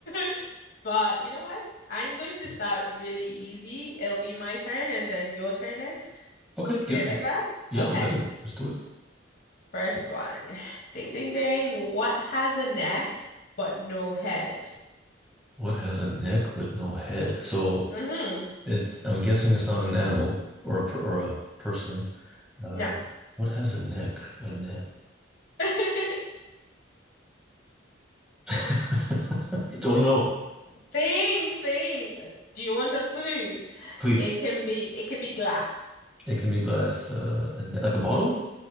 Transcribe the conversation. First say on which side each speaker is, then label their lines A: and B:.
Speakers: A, on the left; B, in the centre.
A: <laughs> But you know what? I'm going to start really easy. It'll be my turn and then your turn next.
B: Okay,
A: You
B: give
A: do it
B: it to
A: like
B: me.
A: that?
B: Yeah,
A: Okay.
B: I'm ready. Let's do it.
A: First one. Ding, ding, ding. What has a neck but no head?
B: What has a neck but no head? So
A: Mm-hmm.
B: it's I'm guessing it's not an animal or a per, or a person. Uh,
A: No.
B: what has a neck? A neck.
A: <laughs>
B: <laughs> I don't know.
A: Thing, thing. Do you want a clue?
B: Please.
A: It can be it can be glass.
B: It can be glass. Uh, a ne- like a bottle?